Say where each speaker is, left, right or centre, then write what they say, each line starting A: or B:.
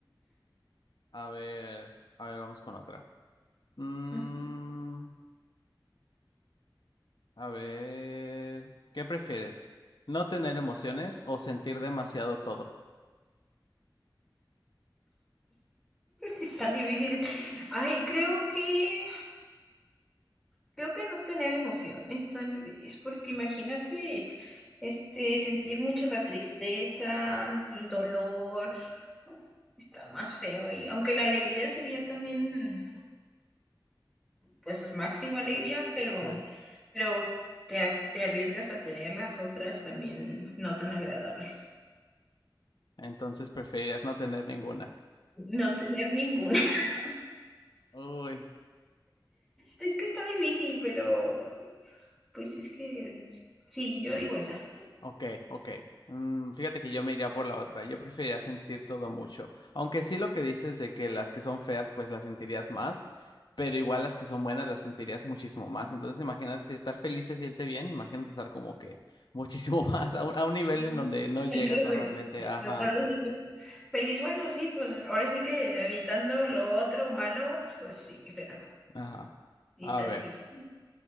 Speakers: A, on the left (about 65°); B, in the centre.
A: <laughs> A ver, a ver, vamos con otra. Mm,
B: <laughs>
A: a ver, ¿qué prefieres? ¿No tener emociones o sentir demasiado todo?
B: es tan difícil. <laughs> Ay, creo que, creo que no tener emociones, tal vez, porque imagínate, este, sentir mucho la tristeza, el dolor, está más feo y aunque la alegría sería también, pues, máxima alegría, pero
A: Sí.
B: Pero te, a- te arriesgas a tener las otras también no tan agradables.
A: Entonces preferirías no tener ninguna.
B: No tener ninguna. <laughs>
A: Uy,
B: Es que está difícil, pero pues es que sí, yo digo esa.
A: ok, ok. Mm, fíjate que yo me iría por la otra. Yo preferiría sentir todo mucho. Aunque sí lo que dices de que las que son feas, pues las sentirías más, pero igual las que son buenas las sentirías muchísimo más. Entonces imagínate si estar feliz se siente bien, imagínate estar como que muchísimo <laughs> más a un, a un nivel
B: Ujú.
A: en donde no
B: Siempre
A: llegas normalmente.
B: bueno,
A: Ajá,
B: tratar de siempre feliz, bueno, sí, pues ahora sí que evitando lo otro malo, pues sí, pero
A: ajá.
B: sí
A: A
B: está
A: ver.
B: difícil.